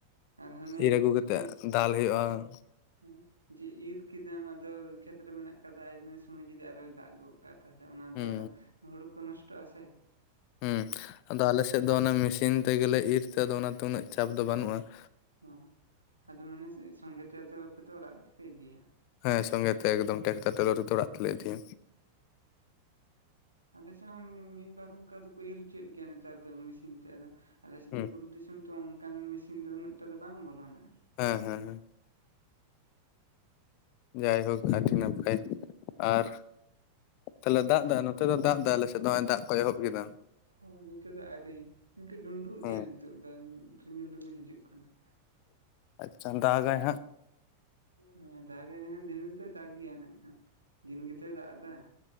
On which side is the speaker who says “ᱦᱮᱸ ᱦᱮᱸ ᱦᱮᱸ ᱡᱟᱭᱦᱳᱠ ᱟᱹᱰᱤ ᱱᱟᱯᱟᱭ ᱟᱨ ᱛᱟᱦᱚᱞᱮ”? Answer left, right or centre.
Left